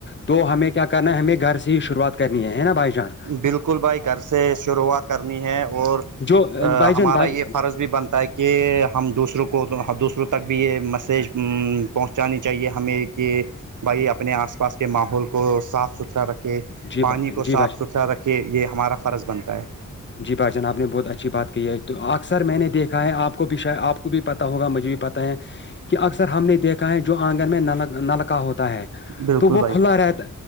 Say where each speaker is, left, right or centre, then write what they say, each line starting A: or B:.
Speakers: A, on the left (about 40°); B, on the right (about 85°).
A: تو ہمیں کیا کرنا ہے ہمیں گھر سے ہی شروعات کرنی ہے نا بھائی جان
B: بالکل بھائی گھر سے شروعات کرنی ہے اور
A: جو بھائی
B: ہمارا
A: جان بھائی
B: یہ فرض بھی بنتا ہے کہ کہ ہم دوسروں کو دوسروں تک بھی یہ میسیج پہنچانی چاہیے ہمیں کہ بھائی اپنے آس پاس کے ماحول کو صاف ستھرا رکھے
A: جی
B: پانی
A: جی
B: کو صاف
A: بھائی
B: زیادہ کہ یہ ہمارا فرض بنتا ہے
A: جی بھائی جان آپ نے بہت اچھی بات کی ہے تو اکثر میں نے دیکھا ہے آپ کو بھی شاید آپ کو بھی پتہ ہوگا مجھے بھی پتہ ہے کہ اکثر ہم نے دیکھا ہے جو آنگن میں نل نلکا ہوتا ہے
B: بالکل
A: تو وہ
B: بھائی
A: کھلا رہتا